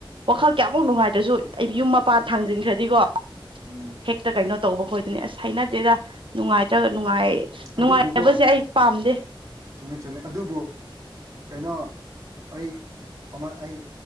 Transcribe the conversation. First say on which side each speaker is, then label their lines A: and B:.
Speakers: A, on the right (about 65°); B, on the right (about 40°).
A: ꯋꯥꯈꯜ ꯀꯌꯥꯃꯨꯛ ꯅꯨꯡꯉꯥꯏꯗ꯭ꯔꯁꯨ ꯑꯩ ꯌꯨꯝ ꯃꯄꯥꯟ ꯊꯥꯡꯖꯤꯟꯈ꯭ꯔꯗꯤꯀꯣ
B: ꯎꯝ
A: ꯍꯦꯛꯇ ꯀꯩꯅꯣ ꯇꯧꯕ ꯈꯣꯏꯗꯨꯅꯦ ꯑꯁ ꯍꯩꯅꯗꯦꯗ ꯅꯨꯡꯉꯥꯏꯇ꯭ꯔꯒ ꯅꯨꯡꯉꯥꯏ ꯅꯨꯡꯉꯥꯏ
B: ꯑꯗꯨꯕꯨꯀꯣ
A: ꯑꯩ ꯄꯥꯝꯗꯦ
B: ꯆꯨꯝꯃꯦ ꯆꯨꯝꯃꯦ ꯑꯗꯨꯕꯨ ꯀꯩꯅꯣ ꯑꯩ ꯑꯃ ꯑꯩ